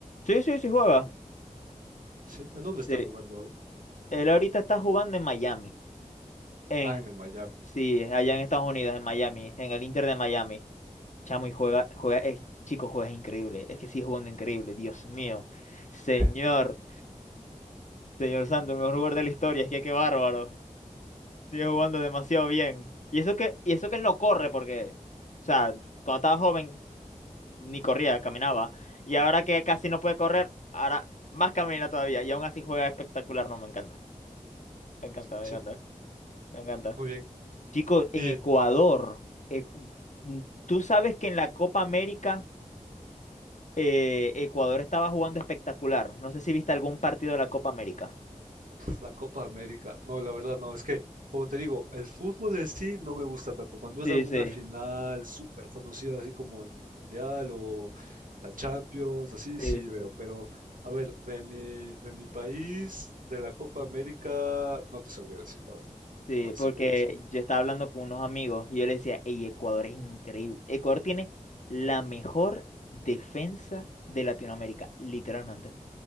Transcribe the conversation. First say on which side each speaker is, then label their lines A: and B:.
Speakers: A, on the left; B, on the right.
A: Sí, sí, sí juega.
B: ¿Sí? ¿En dónde está
A: Sí.
B: jugando ahora?
A: Él ahorita está jugando en Miami. En,
B: Ah, en el Miami.
A: sí, allá en Estados Unidos, en Miami, en el Inter de Miami. Chamo, y juega, juega, eh, chico, juegas increíble. Es que sigue jugando increíble, Dios mío. Señor,
B: <laughs>
A: señor Santo, el mejor jugador de la historia, es que qué bárbaro. Sigue jugando demasiado bien. Y eso que, y eso que él no corre, porque, o sea, cuando estaba joven ni corría, caminaba. Y ahora que casi no puede correr, ahora más camina todavía. Y aún así juega espectacular, no, me encanta. Me encanta, me
B: Sí,
A: encanta, me encanta.
B: muy bien.
A: Chico, en
B: Y,
A: Ecuador, eh, tú sabes que en la Copa América. eh, Ecuador estaba jugando espectacular. No sé si viste algún partido de la Copa América.
B: la Copa América. No, la verdad no, es que, como te digo, el fútbol en sí no me gusta tanto. Cuando es
A: Sí,
B: alguna
A: sí,
B: final súper conocida, así como el Mundial o la Champions, así
A: sí,
B: sí
A: sí.
B: veo. Pero, a ver, de mi, de mi país, de la Copa América, no te sabría decir, la verdad.
A: Sí,
B: No te
A: porque
B: sabría decir.
A: yo estaba hablando con unos amigos y yo les decía, hey, Ecuador es increíble. Ecuador tiene la mejor defensa de Latinoamérica, literalmente.